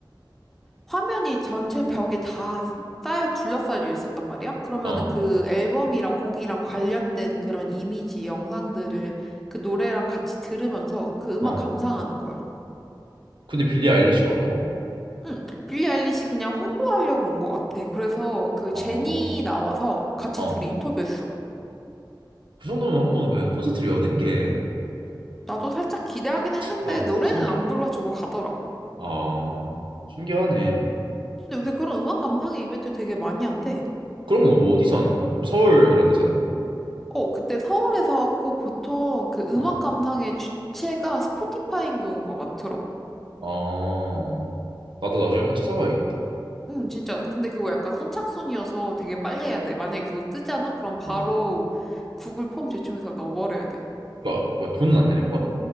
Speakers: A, in the centre; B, on the right (about 80°).
A: 화면이 전체 벽에 다 쌓여 둘러싸여 있었단 말이야. 그러면은
B: 어.
A: 그 앨범이랑 곡이랑 관련된 그런 이미지 영상들을 그 노래랑 같이 들으면서 그 음악
B: 어.
A: 감상하는 거야.
B: 근데 빌리 아일리시가 왔다고?
A: 응, 빌리 아일리시 그냥 홍보하려고 온 것 같아. 그래서 그
B: 어.
A: 제니 나와서 같이
B: 어.
A: 둘이 인터뷰했어.
B: 그 정도면 한 번 그냥 콘서트를 여는 게,
A: 나도 살짝 기대하긴 했는데
B: 아,
A: 노래는
B: 신기해.
A: 안 불러주고 가더라고.
B: 아, 신기하네.
A: 근데 요새 그런 음악 감상회 이벤트 되게 많이 한대.
B: 그런 거 뭐 어디서 하는 거야? 그럼 서울 이런 데서 하는 거야?
A: 어, 그때 서울에서 꼭 보통 그 음악
B: 어.
A: 감상의 주체가 스포티파이인 경우가 많더라고.
B: 아, 나도 나중에 한번 찾아봐야겠다.
A: 음, 진짜. 근데 그거 약간 선착순이어서 되게 빨리 해야 돼. 만약에 그거 뜨잖아? 그럼 바로
B: 어.
A: 구글 폼 제출해서 넣어버려야 돼.
B: 아, 뭐야, 돈은 안 내는 거야?